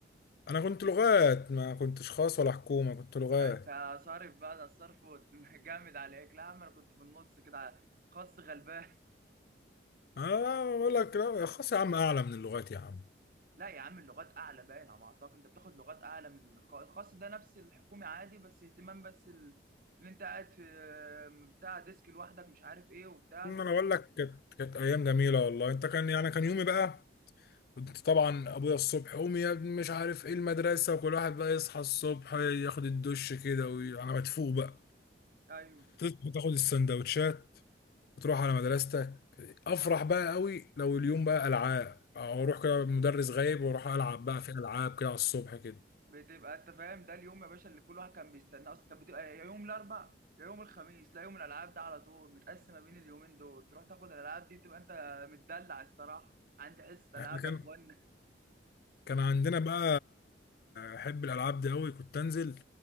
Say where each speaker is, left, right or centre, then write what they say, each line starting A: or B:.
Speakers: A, on the left; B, on the right.
A: انا كنت لغات ما كنتش خاص ولا حكومه كنت لغات
B: ده انت صارف بقى ده الصرف <laughs> جامد عليك لا يا عم انا كنت في النص كده خاص غلبان <laughs>
A: اه بقول لك لا خلاص يا عم اعلى من اللغات يا عم
B: لا يا عم اللغات اعلى باين على ما اعتقد انت بتاخد لغات اعلى من الخ- الخاص ده نفس الحكومي عادي بس اهتمام بس ال... اللي انت قاعد في بتاع ديسك لوحدك مش عارف ايه وبتاع
A: إن انا بقول لك كانت كانت ايام جميله والله انت كان يعني كان يومي بقى كنت طبعا ابويا الصبح قوم يا ابني مش عارف ايه المدرسه وكل واحد بقى يصحى الصبح ياخد الدش كده وانا مدفوق بقى
B: ايوه
A: تصحى تاخد السندوتشات وتروح على مدرستك افرح بقى قوي لو اليوم بقى العاب او اروح كده مدرس غايب واروح العب بقى في العاب كده على الصبح كده
B: بتبقى انت فاهم ده اليوم يا باشا اللي كل واحد كان بيستناه اصلا كانت بتبقى يا يوم الاربع يا يوم الخميس لا يوم الالعاب ده على طول متقسمه بين اليومين دول تروح تاخد الالعاب دي تبقى انت متدلع الصراحه عندي حصه
A: احنا
B: العاب
A: كان
B: يا اخوانا
A: كان عندنا بقى احب الالعاب دي قوي كنت انزل